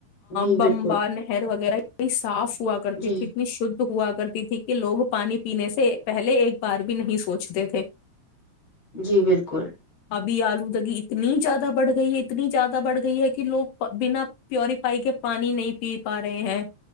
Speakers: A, on the left (about 45°); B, on the left (about 75°).
A: جی
B: بمبا
A: بالکل
B: نہر وغیرہ بڑی سافٹ ہوا کرتی
A: جی
B: تھی اتنی شدھ ہوا کرتی تھی کہ لوگ پانی پینے سے پہلے ایک بار بھی بھی نہیں سوچتے تھے
A: جی بالکل
B: بھی آلودگی اتنی زیادہ بڑھ گئی ہے اتنی زیادہ بڑھ گئی ہے کہ لوگ بنا پیوریفائی کے پانی نہیں پی پا رہے ہیں